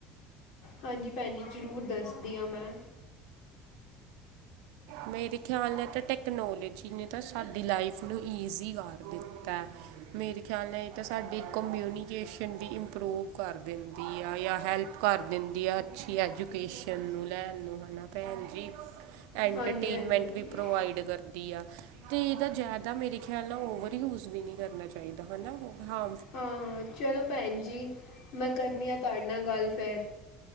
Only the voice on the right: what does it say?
ਮੇਰੇ ਖੇਆਲ ਨਾਲ ਤਾਂ ਟੈਕਨੋਲੋਜੀ ਨੇ ਤਾਂ ਸਾਡੀ ਲਾਈਫ ਨੂੰ ਈਜ਼ੀ ਕਰ ਦਿੱਤਾ। ਮੇਰੇ ਖੇਆਲ ਨਾਲ ਏ ਤਾਂ ਸਾਡੀ ਕਮਿਊਨੀਕੇਸ਼ਨ ਵੀ ਇਮਪ੍ਰੋਵ ਕਰ ਦਿੰਦੀ ਆ ਜਾਂ ਹੈਲਪ ਕਰ ਦਿੰਦੀ ਆ ਅੱਛੀ ਐਜੂਕੇਸ਼ਨ ਨੂੰ ਲੈਣ ਨੂੰ ਹੈ ਨਾ ਭੈਣ ਜੀ। ਐਂਟਰਟੇਨਮੈਂਟ
ਵੀ
ਪ੍ਰੋਵਾਈਡ ਕਰਦੀ। ਕਰਦੀ ਆ, ਤੇ ਏਦਾ ਜ਼ਾਦਾ ਮੇਰੇ ਖਿਆਲ ਨਾਲ ਓਵਰ ਯੂਜ ਵੀ ਨਈ ਕਰਨਾ ਚਾਈਦਾ ਹਨਾ, ਹਾ